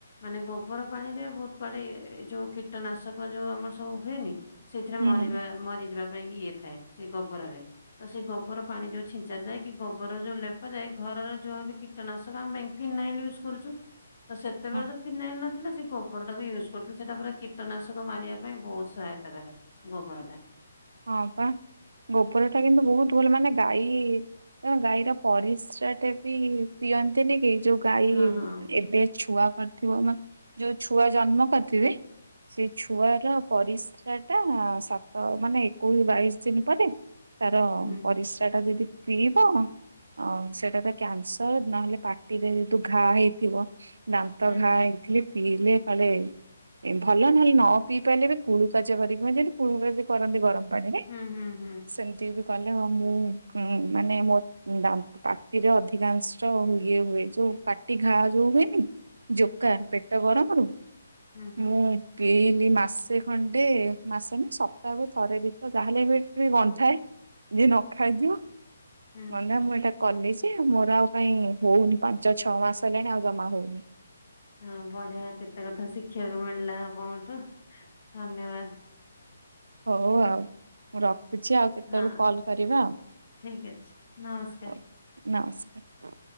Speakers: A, on the left (about 55°); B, on the right (about 85°).
A: ମାନେ ଗୋବର ପାଣିରେ ବହୁତ କୁଆଡେ ଇଏଏ ଏ ଯୋଉ କୀଟନାଶକ ଯୋଉ ଆମର ସବୁ ହୁଏନି ସେଥିରେ
B: ହୁଁ
A: ମରିବା ମରିଯିବା ପାଇଁ ଇଏ ଥାଏ ସେ ଗୋବରରେ ତ ସେ ଗୋବର ପାଣି ଯୋଉ ଛିଞ୍ଚା ଯାଏ କି ଗୋବର ଯୋଉ ଲେପ ଯାଏ ଘରର ଯୋଉ ବି କିଟ କୀଟନାଶକଙ୍କ ପାଇଁ ଫିନାଇଲ ୟୁଜ୍ କରୁଛୁ। ତ ସେତେବେଳେ
B: ହଁ
A: ତ ଫିନାଇଲ ନଥିଲା ସେ ଗୋବର ଟାକୁ ୟୁଜ୍ କରୁଥିଲେ ସେଟା ପୁରା କୀଟନାଶକ ମାରିବା ପାଇଁ ବହୁତ ସହାୟତା କରେ। ଗୋବର ଟା।
B: ହଁ ପା <inaudible> ଗୋବର ଟା କିନ୍ତୁ ବହୁତ ଭଲ ମାନେ ଗାଈ କଣ ଗାଈର ପରିସ୍ରା ଟେ ବି ପିଅନ୍ତିନି କି ଯୋଉ ଗାଈ
A: ହଁ ହଁ
B: ଏବେ ଛୁଆ କରିଥିବ ମାନେ <inaudible> ଯୋଉ ଛୁଆ ଜନ୍ମ କରିଥିବେ ସେ ଛୁଆର ପରିସ୍ରା ଟା ସତ ମାନେ କୋଉ ବାଇଶି ଦିନ ପରେ <inaudible> ତାର
A: ହୁଁ।
B: ପରିସ୍ରା ଟା ଯେମିତି ପିଇବ ହଁ <inaudible> ଓ ସେଇଟା ତ କ୍ୟାନସର ନହେଲେ ପାଟିରେ ତୁ ଘା ହେଇଥିବ। ଦାନ୍ତ
A: ହୁଁ
B: ଘା
A: ହୁଁ
B: ହେଇଥିଲେ ପିଇଲେ କାଳେ ଭଲ ନହେଲେ ନ ପିଇ ପାରଲେ ବି କୁଳୁ କାଜ କରିକି କୁଳୁକାଚ କରନ୍ତି ଗରମ ପାଣିରେ।
A: ହୁଁ। ହୁଁ। ହୁଁ।
B: ସେମିତି ବି କଲେ ହ ମୁଁ ଉଁ ମାନେ ମୋର ଉ ଦାନ୍ତ ପାଟିରେ ଅଧିକାଂଶ ଇଏ ହୁଏ ଯୋଉ ପାଟି ଘା ଯୋଉ ହୁଏନି। ଜୋକା
A: ଆଜ୍ଞା
B: ପେଟ ଗରମରୁ <inaudible>
A: ହୁଁ ହୁଁ
B: ମୁଁ। ହେଇନି ମାସେ ଖଣ୍ଡେ, ମାସେ ନା ସପ୍ତାହକୁ ଥରେ ବି ତ ତାହେଲେ ଏବେ ଏବେ ଗନ୍ଧାଏ <inaudible> ଯିଏ ନ ଖାଇଥିବ <inaudible>
A: ହୁଁ।
B: ଗନ୍ଧା ମୁଁ ଏଇଟା କଲି ଯେ ମୋର ଆଉ କାଇଁ ହଉନି ପାଞ୍ଚ ଛଅ ମାସ ହେଲାଣି ଆଉ ଜମା ହଉନି।
A: ହଁ ବଢ଼ିଆ କେତେ କଥା ଶିଖିବାକୁ ମିଳିଲା ଆପଣଙ୍କଠୁ ଧନ୍ୟବାଦ।
B: ହଉ ଆଉ <inaudible> ମୁଁ ରଖୁଛି ଆଉ। କେତେବେଳୁ
A: ହଁ
B: କଲ୍ କରିବା <inaudible>
A: ଠିକ ଅଛି ନମସ୍କାର।
B: ହଉ <inaudible> ନାସ